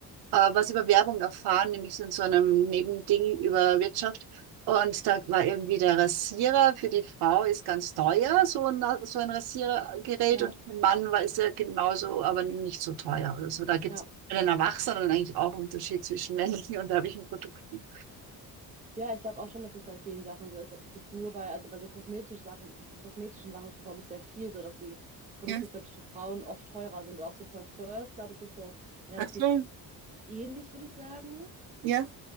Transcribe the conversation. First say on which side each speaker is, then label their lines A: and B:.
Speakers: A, on the right; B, on the right.
A: äh, was über Werbung erfahren, nämlich so in so einem Nebending über Wirtschaft. Und da war irgendwie der Rasierer für die Frau ist ganz teuer, so ein, so ein Rasiergerät.
B: Ja,
A: Und für den Mann war, ist er genauso, aber nicht so teuer oder so. Da gibt
B: ja.
A: es bei den Erwachsenen eigentlich auch einen Unterschied zwischen männlichen und weiblichen Produkten.
B: Ja, ich glaube auch schon, dass das bei vielen Sachen so ist. Ob das jetzt nur bei, also bei so kosmetisch Sachen, kosmetischen Sachen ist das, glaube ich, sehr viel so, dass die Produkte
A: Ja,
B: für Frauen oft teurer sind. Auch so Parfums, glaube ich, ist so relativ
A: ach so.
B: ähnlich, würde ich sagen.
A: Ja.